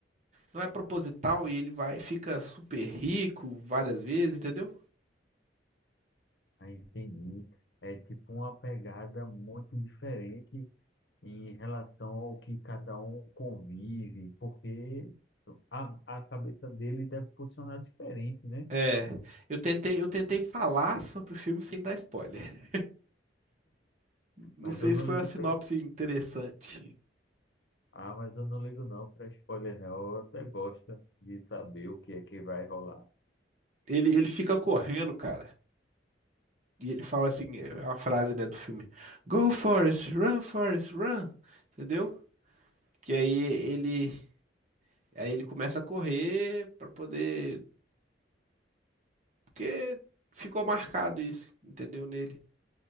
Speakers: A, on the right; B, on the left.
A: não é proposital e ele vai fica super rico várias vezes, entendeu?
B: Ah, entendi. É tipo uma pegada muito diferente em relação ao que cada um convive, porque a, a cabeça dele deve funcionar diferente, né?
A: É, eu tentei, eu tentei falar sobre o filme sem dar spoiler. Não
B: Mas
A: sei
B: eu não
A: se foi
B: ligo
A: uma sinopse
B: para
A: interessante.
B: ah, mas eu não ligo não para spoiler não. Eu até gosto de saber o que é que vai rolar.
A: Ele, ele fica correndo, cara. E ele fala assim, é a frase, né, do filme. Go, Forrest, run, Forrest, run. Entendeu? Que aí ele Aí ele começa a correr pra poder. Porque ficou marcado isso, entendeu? Nele.